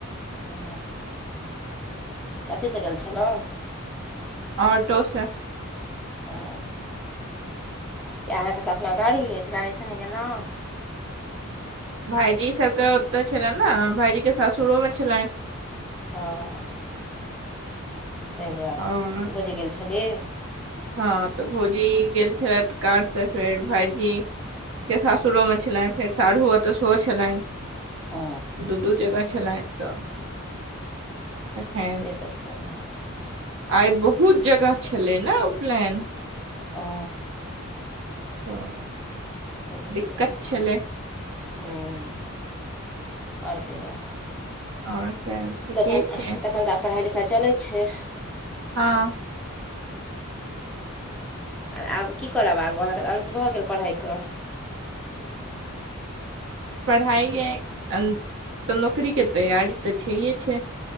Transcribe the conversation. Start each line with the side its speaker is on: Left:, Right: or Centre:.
Centre: ओ कथी से गेल छलहुँ
Right: ऑटो से
Centre: ओ कि अहाँ के तऽ अपना गाड़ी अछि गाड़ी से नहि गेलौं
Right: भाइजी सभ के ओतऽ छलनि ने भाइजी के सासुरो मे छलनि
Centre: हँ ताहि दुआरे
Right: और
Centre: भुजि गेल छलि
Right: हँ तऽ भौजी गेल छल कार से फेर भाइजी के सासुरो मे छलनि फेर सारु ओतऽ सेहो छले
Centre: ओ
Right: दू दू जगा छेलैन तऽ तखैन
Centre: से तऽ छैहे
Right: आइ बहुत जगह छलै ने उपलैन
Centre: ओ
Right: तऽ
Centre: से तऽ
Right: दिक्कत
Centre: छैहे
Right: छेलै
Centre: हूँ आओर कहियो
Right: और सब ठीके
Centre: तखन
Right: छै
Centre: तखन तऽ आब पढ़ाइ लिखाइ चलै छै
Right: हँ
Centre: आ आब की करब आबू अहाँ के तऽ अन्त भऽ गेल पढ़ाइ के
Right: पढ़ाइ य तऽ नौकरी के तैयारी तऽ छैए छै